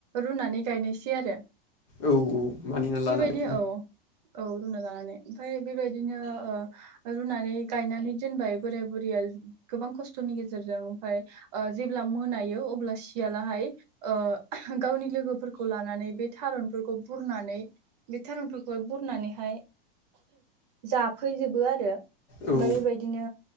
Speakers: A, on the right; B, on the left.
A: रुनानै गायनायसै आरो
B: औ औ मानिनानै लानानै
A: बेबायदि औ औ रुना लानानै ओमफाय बेबायदिनो ओ रुनानै गायनानै दोनबाय बोराय बुरैया गोबां खस्थ'नि गेजेरजों ओमफाय ओ जेब्ला मोनायो अब्ला सियालाहाय ओ गावनि लोगोफोरखौ लानानै बे थारुनफोरखौ बुरनानै बे थारुनफोरखौहाय बुरनानैहाय जाफैजोबो आरो ओमफाय
B: औ औ
A: बेबायदिनो